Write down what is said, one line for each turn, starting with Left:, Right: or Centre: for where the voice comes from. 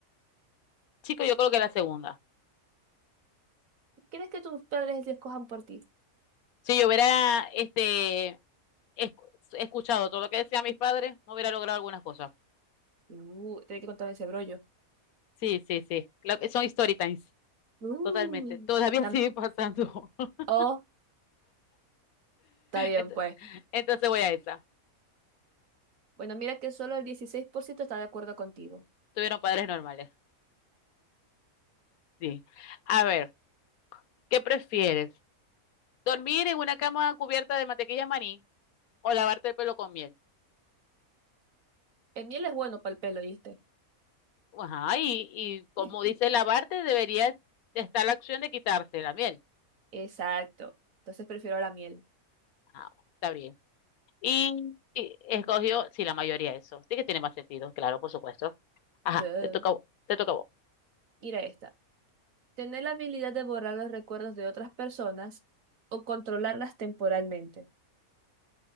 Left: chico, yo creo que la segunda.
Right: ¿Quieres que tus padres te escojan por ti?
Left: Si yo hubiera este escu- escuchado todo lo que decían mis padres, no hubiera logrado algunas cosas.
Right: Uh, tenés que contarme ese brollo.
Left: Sí, sí, sí. Claro que son story times,
Right: Uy.
Left: totalmente. Todavía
Right: Tam-
Left: sigue pasando. <laughs>
Right: oh, está bien,
Left: Entonces,
Right: pues.
Left: entonces voy a esa.
Right: Bueno, mira que solo el 16% está de acuerdo contigo.
Left: Tuvieron padres normales. Sí. A ver, ¿qué prefieres? Dormir en una cama cubierta de mantequilla maní o lavarte el pelo con miel.
Right: El miel es bueno para el pelo, ¿viste?
Left: Ajá, y, y como
Right: <laughs>
Left: dice lavarte, debería estar la opción de quitarse la miel.
Right: Exacto. Entonces prefiero la miel.
Left: Ajá, está bien. Y, y escogió, sí, la mayoría eso. Sí que tiene más sentido, claro, por supuesto. Ajá,
Right: Duh.
Left: te toca, a vo- te toca a vos.
Right: Mira esta. Tener la habilidad de borrar los recuerdos de otras personas o controlarlas temporalmente.